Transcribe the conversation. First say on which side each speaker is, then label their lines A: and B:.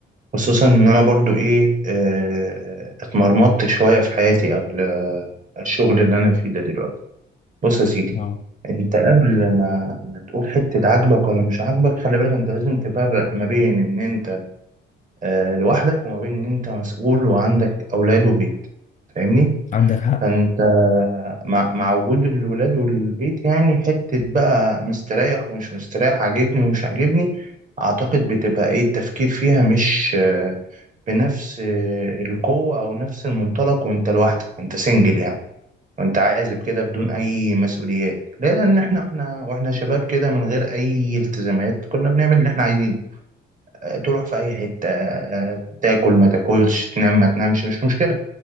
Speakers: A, on the right; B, on the left.
A: خصوصا ان انا برضو ايه آه اتمرمطت شوية في حياتي قبل آه، الشغل اللي انا فيه ده دلوقتي بص يا سيدي
B: اه
A: انت قبل ما ما تقول حتة عاجبك ولا مش عاجبك خلي بالك انت لازم تفرق ما بين ان انت آه لوحدك وما بين ان انت مسؤول وعندك اولاد وبيت فاهمني
B: عندك حق
A: فانت مع, مع وجود الولاد والبيت يعني حتة بقى مستريح ومش مستريح عاجبني ومش عاجبني اعتقد بتبقى ايه التفكير فيها مش آه، بنفس آه، القوة او نفس المنطلق وانت لوحدك وانت سنجل يعني وانت عازب كده بدون اي مسؤوليات لان احنا احنا واحنا شباب كده من غير اي التزامات كنا بنعمل اللي احنا عايزينه تروح في اي حته آه، تاكل ما تاكلش تنام ما تنامش مش مشكله